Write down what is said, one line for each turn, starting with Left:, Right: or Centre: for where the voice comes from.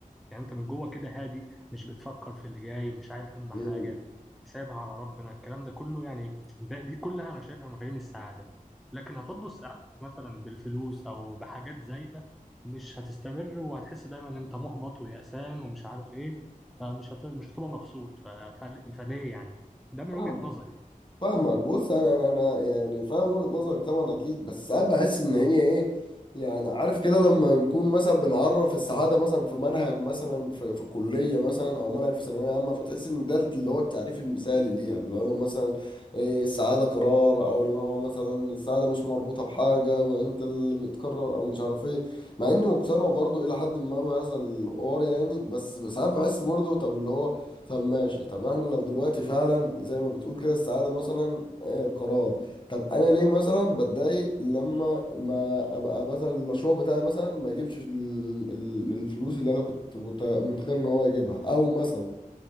Centre: يعني انت من جوه كده هادي مش بتفكر في اللي جاي مش عايل هم
Left: امم
Centre: حاجه سايبها على ربنا الكلام ده كله يعني ده دي كلها انا شايفها مفاهيم السعاده لكن هتربط سعادتك مثلا بالفلوس او بحاجات زايده مش هتستمر وهتحس دايما ان انت محبط ويأسان ومش عارف ايه فمش هت... مش هتبقى مبسوط ف... ف... فليه يعني ده من
Left: فاهم
Centre: وجهة نظري يعني.
Left: فاهمك بص انا انا انا يعني فاهم وجهة نظرك طبعا اكيد بس ساعات بحس ان هي ايه يعني عارف كده لما نكون مثلا بنعرف السعاده مثلا في منهج مثلا في في كليه مثلا او منهج في ثانويه عامه فتحس ان ده اللي هو التعريف المثالي ليها اللي هو مثلا إيه السعاده قرار او اللي هو مثلا السعاده مش مربوطه بحاجه وانت اللي بتقرر او مش عارف ايه مع اني مقتنع برضو الى حد ما بهذا الحوار يعني بس ساعات بحس برضو طب اللي هو طب ماشي طب احنا لو دلوقتي فعلا زي ما بتقول كده السعادة مثلا آه، قرار طب انا ليه مثلا بتضايق لما ما ابقى مثلا المشروع بتاعي مثلا ما يجيبش ال- ال- الفلوس اللي انا كنت مت- متخيل ان هو يجيبها او مثلا